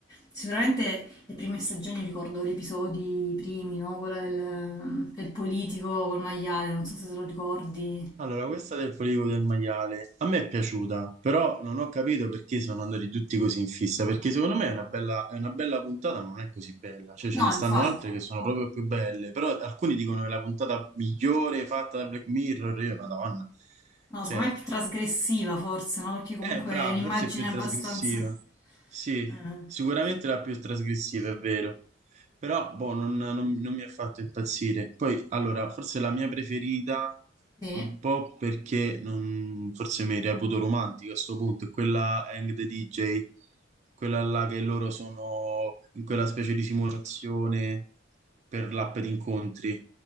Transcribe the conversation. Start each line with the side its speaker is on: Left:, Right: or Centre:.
Left: sicuramente le prime stagioni ricordo gli episodi primi, no? Quella del, del politico col maiale, non so se te lo ricordi.
Right: Allora, questa del poligono del maiale a me è piaciuta, però non ho capito perché sono andati tutti così in fissa, perché secondo me è una bella, è una bella puntata, ma non è così bella, cioè
Left: No,
Right: ce ne stanno
Left: infatti,
Right: altre che sono proprio più belle, però alcuni dicono che è la puntata migliore fatta da Black Mirror, io, Madonna,
Left: no,
Right: cioè,
Left: secondo me è più trasgressiva forse, no? Perché comunque
Right: eh, bravo,
Left: è un'immagine
Right: forse è più
Left: abbastanza...
Right: trasgressiva, sì,
Left: eh,
Right: sicuramente
Left: che-
Right: la più trasgressiva, è vero. Però, boh, non, non- non mi ha fatto impazzire. Poi, allora, forse la mia preferita,
Left: Sì.
Right: un po' perché non- forse mi reputo romantico a sto punto, è quella Hang the DJ, quella là che loro sono in quella specie di simulazione per l'app di incontri.